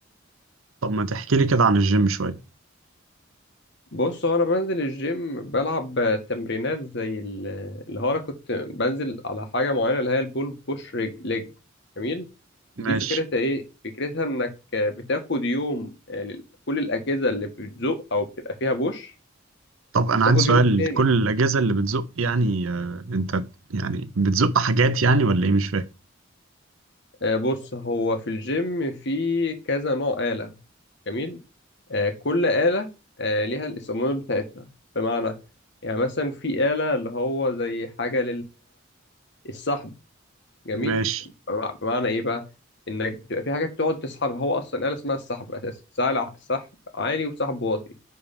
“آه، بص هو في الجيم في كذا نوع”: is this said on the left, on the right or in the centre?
Left